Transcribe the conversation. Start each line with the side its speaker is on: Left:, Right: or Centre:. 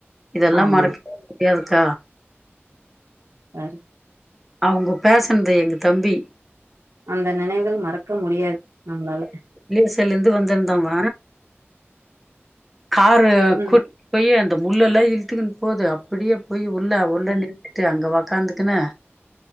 Centre: இதெல்லா
Right: ஆமா
Centre: மறக் முடியாதுக்க
Right: ஆறு
Centre: அவங்கோ பேசனது எங்க தம்பி
Right: அந்த நினைவுகள் மறக்க முடியாது நம்மளால
Centre: யூ எஸ் லா இருந்து வந்திருந்தா அவ காரு
Right: ம்
Centre: கூட்டிட்டு போய் அந்த முள்ள எல்லா இழுத்துக்குன்னு போது அப்டியே போய் உள்ள உள்ள
Right: ம்
Centre: அங்க உக்காந்துக்குனு